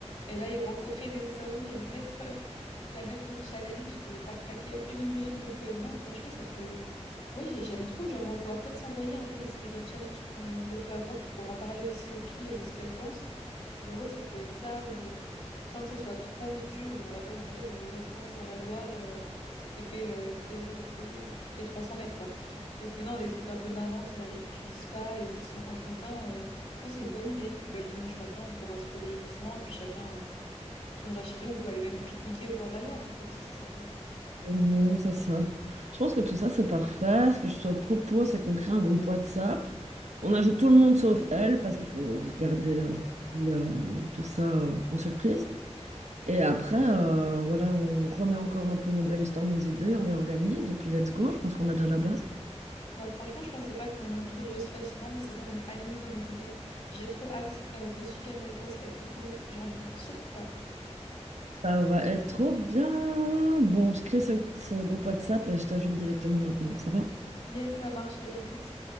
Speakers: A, on the left (about 70°); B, on the right (about 85°).
A: elle aille rencontrer des hommes et la mettre, <laughs> la mettre au challenge de pas craquer, entre guillemets. Donc, euh, non, franchement, ça peut... Oui, j'ai- j'aime trop, genre, on va pouvoir peut-être s'envoyer un peu les idées de challenge qu'on qu'on peut avoir pour en parler aussi aux filles, euh, ce qu'elles pensent. Genre, ouais, ça peut être ça, ou euh, sans que ça soit trop dur, genre, on va pas lui dire, euh, ouais, plonge dans la Loire euh, et fais, euh, fais, fais, fais 300 mètres, quoi. Donc, euh, non, des trucs un peu marrants qui la ridiculisent pas et qui sont enfantins, euh, non, c'est une bonne idée. Puis, bah, le dimanche matin, on pourra se réveiller doucement et puis chacun euh, tournera chez eux ou aller même pique-niquer au bord de la Loire, hein, ça aussi, c'est sympa.
B: Mhm, c'est ça. Je pense que tout ça, c'est parfait. Ce que je te propose, c'est qu'on crée un groupe WhatsApp. On ajoute tout le monde sauf elle, parce qu'il faut regarder euh, le- tout ça euh, en surprise. Et après, euh, voilà, on remet encore un peu nos brainstorms, nos idées, on réorganise et puis let's go. Je pense qu'on a déjà la base.
A: Bah franchement, je pensais pas qu'on trouverait aussi facilement, mais c'est bon, on est alignés dans les idées. J'ai trop hâte euh, de ce week-end avec toi, ça va être trop cool, j'en doute surtout pas.
B: Ça va être trop bien. Bon, je crée ce, ce groupe WhatsApp et je t'ajoute directement maintenant. Ça va?
A: Yes, ça marche, allez à toutes.